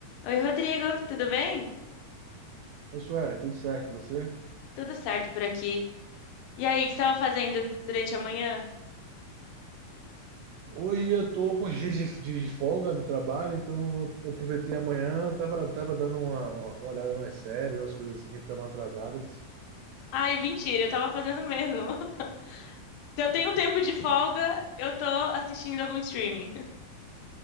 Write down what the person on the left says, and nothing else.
Oi, Rodrigo, tudo bem?
Tudo certo por aqui. E aí, o que você estava fazendo durante a manhã?
Ai, mentira, eu estava fazendo mesmo. <laughs> Se eu tenho um tempo de folga, eu tô assistindo algum streaming. <laughs>